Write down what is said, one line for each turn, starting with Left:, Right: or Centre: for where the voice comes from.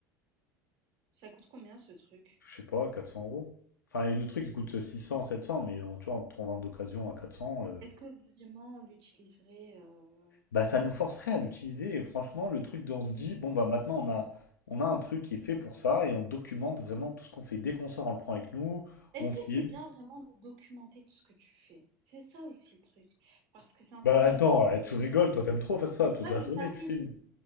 Right: Ça coûte combien ce truc?
Left: Je sais pas, 400 euros. Enfin, et le truc, il coûte six cents, sept cents mais on, tu vois, en trouvant d'occasion à 400, euh,
Right: Est-ce que vraiment on l'utiliserait euh,
Left: bah ça nous forcerait à l'utiliser. Et franchement, le truc dont on se dit, bon, bah maintenant, on a, on a un truc qui est fait pour ça et on documente vraiment tout ce qu'on fait. Dès qu'on sort, on le prend avec nous,
Right: Est-ce
Left: on
Right: que
Left: file.
Right: c'est bien vraiment de documenter tout ce que tu fais? C'est ça aussi le truc. Parce que c'est un peu
Left: Bah
Right: le même
Left: attends,
Right: truc que...
Left: eh, tu rigoles, toi t'aimes trop faire ça, toute
Right: Ah,
Left: la
Right: mais
Left: journée
Right: t'arrives.
Left: tu filmes.